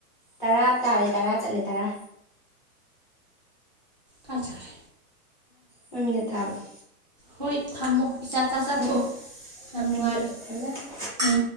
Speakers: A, on the left; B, on the right.
A: ꯇꯔꯥ ꯇꯥꯔꯦ ꯇꯔꯥ ꯆꯠꯂꯦ ꯇꯔꯥ
B: ꯀꯥꯖꯔꯤ
A: ꯍꯣꯏꯃꯤꯟꯅ ꯊꯥꯕꯗ
B: ꯍ‌ꯣꯏ ꯊꯝꯃꯣ ꯏꯆꯥ ꯆꯥ ꯆꯥꯊꯣꯛꯑꯣ
A: ꯎꯝ ꯎꯝ
B: ꯌꯥꯝ ꯅꯨꯡꯉꯥꯏꯔꯦ
A: ꯎꯝ ꯊꯝ ꯊꯝ
B: ꯎꯝ